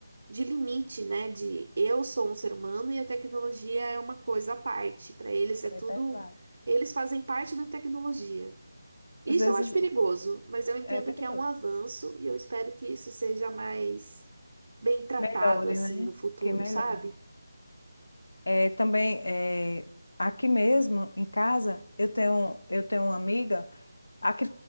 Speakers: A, on the right (about 55°); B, on the left (about 65°).
A: de limite, né, de eu sou um ser humano e a tecnologia é uma coisa à parte. Para eles é
B: é
A: tudo,
B: verdade.
A: eles fazem parte da tecnologia. Isso
B: Às vezes
A: eu acho perigoso, mas eu entendo
B: é perigoso.
A: que é um avanço e eu espero que isso seja mais bem tratado
B: Que melhore,
A: assim
B: né?
A: no futuro,
B: Que melhore.
A: sabe?
B: É, também é, aqui mesmo em casa eu tenho eu tenho uma amiga Aqui,